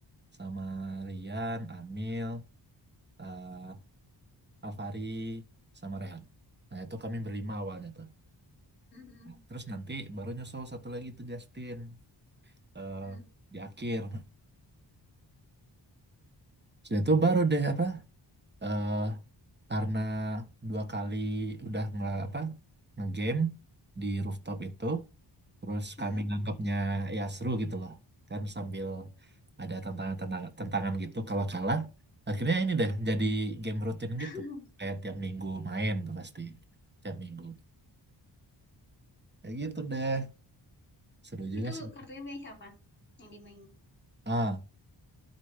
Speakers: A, on the right; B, on the left.
A: sama Rian, Amil, eh, Alvari sama Rehan. Nah itu kami berlima awalnya tuh.
B: Hmm,
A: Terus nanti baru nyusul satu lagi tuh Justin eh,
B: hmm,
A: di akhir. Sudah itu baru deh apa eh, karena dua kali udah nge apa ngegame di rooftop itu, terus
B: hmm.
A: kami nganggapnya ya seru gitu loh. Kan sambil ada tantangan-tantangan tantangan gitu kalau kalah. Akhirnya ini deh jadi game rutin
B: <laughs>
A: gitu. Kayak tiap minggu main tuh pasti. Tiap minggu. Kayak gitu deh. Seru juga
B: Itu
A: sih.
B: kartunya punya siapa yang dimain?
A: Ah,